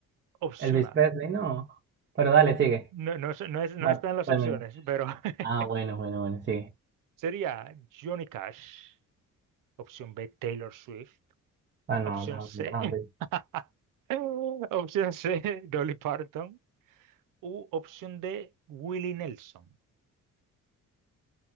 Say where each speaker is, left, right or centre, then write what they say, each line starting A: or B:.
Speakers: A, on the right; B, on the right.
A: Opción
B: Elvis
A: A.
B: Presley, no. Pero dale, sigue.
A: No, no, es- no, es- no
B: No,
A: están las
B: termina.
A: opciones, pero <laughs>
B: Ah, bueno, bueno, bueno, sigue.
A: Sería Johnny Cash. Opción B, Taylor Swift.
B: Ah, no,
A: Opción
B: la,
A: C,
B: la-
A: <laughs> opción C, Dolly Parton. U opción D, Willie Nelson.